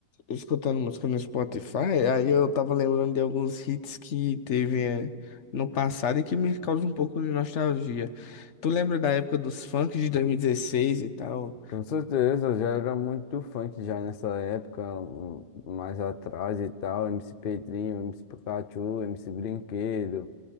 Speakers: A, on the left (about 50°); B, on the left (about 70°).
A: escutando música no Spotify, aí eu tava lembrando de alguns hits que teve, é, no passado e que me causam um pouco de nostalgia. Tu lembra da época dos funks de dois mil e dezesseis e tal?
B: Com certeza, eu já era muito funk já nessa época, um- mais atrás e tal. MC Pedrinho, MC Pikachu, MC Brinquedo,